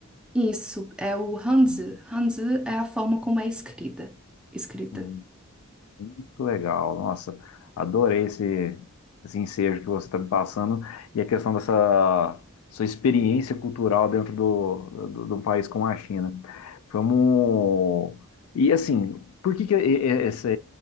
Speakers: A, in the centre; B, on the left.
A: Isso, é o Hanzi.
B: Hum,
A: Hanzi é a forma como é escrita. Escrita.
B: hum. Muito legal, nossa, adorei esse, esse ensejo que você está me passando e a questão dessa sua experiência cultural dentro do, do, de um país como a China. Vamos. E assim, por que que e- e- esse,